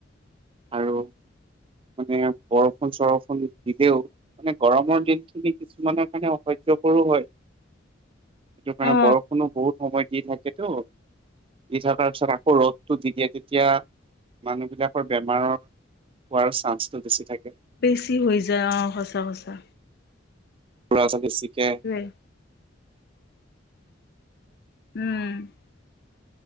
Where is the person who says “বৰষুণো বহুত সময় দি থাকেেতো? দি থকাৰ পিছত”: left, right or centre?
Right